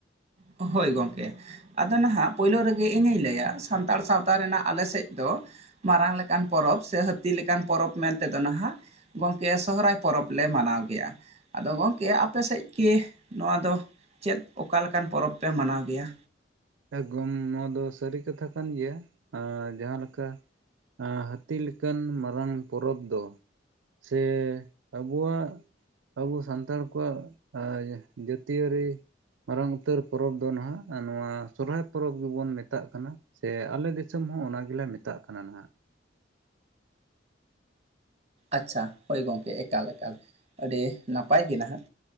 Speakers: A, on the right; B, on the right.
A: ᱦᱳᱭ ᱜᱚᱝᱠᱮ᱾ ᱟᱫᱚ ᱱᱟᱦᱟᱜ ᱯᱳᱭᱞᱳ ᱨᱮᱜᱮ ᱤᱧᱤᱧ ᱞᱟᱹᱭᱟ ᱥᱟᱱᱛᱟᱲ ᱥᱟᱶᱛᱟ ᱨᱮᱱᱟᱜ ᱟᱞᱮ ᱥᱮᱫ ᱫᱚ, ᱢᱟᱨᱟᱝ ᱞᱮᱠᱟᱱ ᱯᱚᱨᱚᱵᱽ ᱥᱮ ᱦᱟᱹᱛᱤ ᱞᱮᱠᱟᱱ ᱯᱚᱨᱚᱵᱽ ᱢᱮᱱᱛᱮᱫᱚ ᱱᱟᱦᱟᱜ, ᱜᱚᱝᱠᱮ ᱥᱚᱦᱚᱨᱟᱭ ᱯᱚᱨᱚᱵᱽ ᱞᱮ ᱢᱟᱱᱟᱣ ᱜᱮᱭᱟ᱾ ᱟᱫᱚ ᱜᱚᱝᱠᱮ ᱟᱯᱮ ᱥᱮᱫ ᱠᱮ, ᱱᱚᱣᱟ ᱫᱚ, ᱪᱮᱫ ᱚᱠᱟᱞᱮᱠᱟᱱ ᱯᱚᱨᱚᱵᱽ ᱯᱮ ᱢᱟᱱᱟᱣ ᱜᱮᱭᱟ?
B: ᱮᱠᱜᱚᱢ ᱱᱚᱣᱟ ᱫᱚ ᱥᱟᱹᱨᱤ ᱠᱟᱛᱷᱟ ᱠᱟᱱ ᱜᱮᱭᱟ, ᱡᱟᱦᱟᱸᱞᱮᱠᱟ ᱦᱟᱹᱛᱤ ᱞᱮᱠᱟᱱ ᱢᱟᱨᱟᱝ ᱯᱚᱨᱚᱵᱽ ᱫᱚ, ᱥᱮ ᱟᱵᱚᱣᱟᱜ ᱟᱵᱚ ᱥᱟᱱᱛᱟᱲ ᱠᱚᱣᱟᱜ-ᱟ, ᱟ ᱡᱟᱹᱛᱤᱭᱟᱹᱨᱤ ᱢᱟᱨᱟᱝ ᱩᱛᱟᱹᱨ ᱯᱚᱨᱚᱵᱽ ᱫᱚ ᱱᱟᱦᱟᱜ ᱱᱚᱣᱟ ᱥᱚᱨᱦᱟᱭ ᱯᱚᱨᱚᱵᱽ ᱜᱮᱵᱚᱱ ᱢᱮᱛᱟᱜ ᱠᱟᱱᱟ, ᱥᱮ ᱟᱞᱮ ᱫᱤᱥᱚᱢ ᱦᱚᱸ ᱚᱱᱟ ᱜᱮᱞᱮ ᱢᱮᱛᱟᱜ ᱠᱟᱱᱟ ᱱᱟᱦᱟᱜ᱾
A: ᱟᱪᱪᱷᱟ ᱦᱳᱭ ᱜᱚᱢᱠᱮ ᱮᱠᱟᱞ ᱮᱠᱟᱞ ᱟᱹᱰᱤ ᱱᱟᱯᱟᱭ ᱜᱮ ᱱᱟᱦᱟᱜ᱾